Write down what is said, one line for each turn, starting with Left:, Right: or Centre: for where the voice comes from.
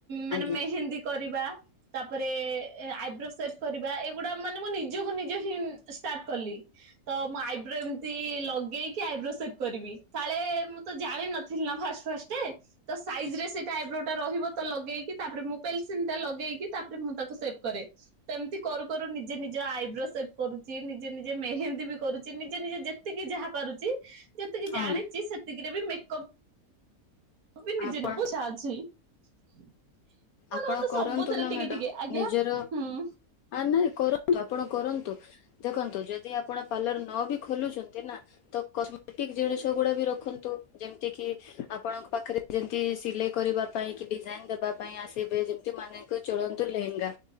Right: ମାନେ
Left: ଆଜ୍ଞା
Right: ମେହେନ୍ଦୀ କରିବା ତାପରେ ଆଇବ୍ରୋ ସେପ୍ କରିବା ଏଗୁଡା ମାନେ ମୁଁ ନିଜକୁ ନିଜେ ହିଁ ଷ୍ଟାର୍ଟ କଲି। ତ ମୁଁ ଆଇବ୍ରୋ ଏମିତି ଲଗେଇକି ଆଇବ୍ରୋ ସେପ୍ କରିବି କାଳେ ମୁଁ ତ ଜାଣିନଥିଲି ନା ଫାଷ୍ଟ ଫାଷ୍ଟ ସ କେ ତ ସାଇଜ ରେ ସେଇଟା ଆଇବ୍ରୋ ଟା ରହିବ ତ ଲଗେଇକି ତାପରେ ମୁଁ ପେନସିଲ ଟା ଲଗେଇକି ତାପରେ ମୁଁ ତାକୁ ସେଭ୍ କରେ ସେମିତି କରୁ କରୁ ନିଜେ ନିଜ ଆଇବ୍ରୋ ସେପ୍ କରୁଛି ନିଜେ ନିଜେ ମେହେନ୍ଦୀ ବି କରୁଛି ନିଜେ ନିଜେ ଯେ ତିକି ଯାହା ପାରୁଛି ଯେତିକି
Left: ହଁ
Right: ଜାଣିଛି ସେତିକିରେ ବି ମେକଅପ୍ ତ ନିଜେ
Left: ଆପଣ
Right: <unintelligible> ବୁଝା ଆଛ ମାନେ
Left: ଆପଣ
Right: ମତେ ସବୁଥିରେ
Left: କରନ୍ତୁ ନା
Right: ଟିକେ
Left: ମ୍ୟାଡ଼ାମ
Right: ଟିକେ ଆଜ୍ଞା
Left: ନିଜର
Right: ହୁଁ।
Left: ଆ ନାଇଁ କରନ୍ତୁ, ଆପଣ କରନ୍ତୁ। ଦେଖନ୍ତୁ ଯଦି ଆପଣ ପାର୍ଲର ନ ବି ଖୋଲୁଛନ୍ତି ନା ତ କସ୍ମେଟିକ୍ ଜିନିଷ ଗୁଡା ବି ରଖନ୍ତୁ ଯେମିତି କି ଆପଣଙ୍କ ପାଖରେ ଯେମିତି ସିଲେଇ କରିବା ପାଇଁ କି ଡିଜାଇନ୍ ଦେବା ପାଇଁ ଆସିବେ ଯେମିତି ମାନେ ଚଳନ୍ତୁ ଲେହେଙ୍ଗା